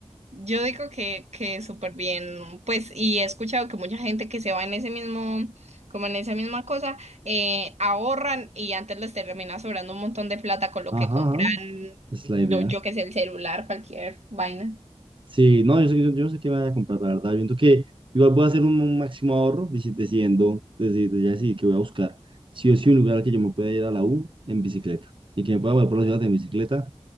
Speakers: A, on the right; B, on the right.
A: Yo digo que, que súper bien, pues, y he escuchado que mucha gente que se va en ese mismo, como en esa misma cosa, eh, ahorran y antes les termina sobrando un montón de plata con lo
B: Ajá,
A: que compran,
B: ajá, es la
A: lo,
B: idea.
A: yo que sé, el celular, cualquier vaina.
B: Sí, no, yo sé, que- yo, yo sé que me voy a comprar, la verdad. Yo siento que igual voy a hacer un, un máximo ahorro deci- decidiendo, desde ya decidí que voy a buscar sí o sí un lugar al que yo me pueda ir a la U en bicicleta y que me pueda mover por la ciudad en bicicleta